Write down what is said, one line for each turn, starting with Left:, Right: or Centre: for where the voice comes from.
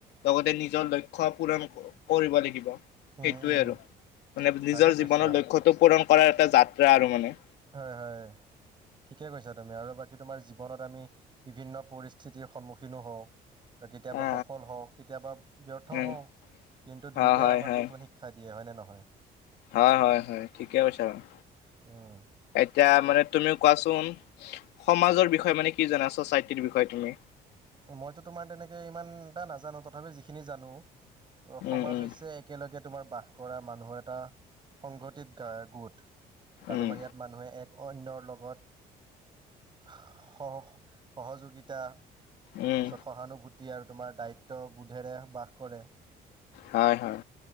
Left: লগতে নিজৰ লক্ষ্য পূৰণ কৰিব লাগিব সেইটোৱে
Right: উম। উম।
Left: আৰু। মানে
Right: ভালে
Left: নিজৰ
Right: কৈছা
Left: জীৱনৰ লক্ষ্যটো পূৰণ কৰাৰ এটা যাত্ৰা আৰু মানে।
Right: হয় হয়। ঠিকেই কৈছা তুমি আৰু বাকী তোমাৰ জীৱনত আমি বিভিন্ন পৰিস্থিতিৰ সন্মুখীনো হওঁ। আৰু কেতিয়াবা
Left: অ অ
Right: সফল হওঁ কেতিয়াবা ব্যৰ্থ
Left: উম
Right: হওঁ। কিন্তু
Left: হয়
Right: দুয়োটাই
Left: হয়
Right: আমাক
Left: হয়
Right: নতুন শিক্ষা দিয়ে হয় নে নহয়?
Left: হয়- হয়- হয় ঠিকে কৈছা বাৰু
Right: উম,
Left: এতিয়া মানে তুমিও কোৱা? চোন সমাজৰ বিষয়ে মানে কি জানা চচাইতিৰ বিষয়ে তুমি।
Right: মইতো তোমাৰ তেনেকে ইমান এটা নাজানো তথাপি যিখিনি জানো। ত সমাজ
Left: উম উম
Right: হৈছে একেলগে তোমাৰ বাস কৰা মানুহৰ এটা সংঘটিত গোট আৰু
Left: উম
Right: তোমাৰ ইয়াত মানুহে এক অন্যৰ লগত সহ সহযোগিতা।
Left: উম,
Right: তাৰপিছত সহানুভূতি আৰু তোমাৰ দায়িত্ব বোধেৰে বাস কৰে
Left: হয় হয়।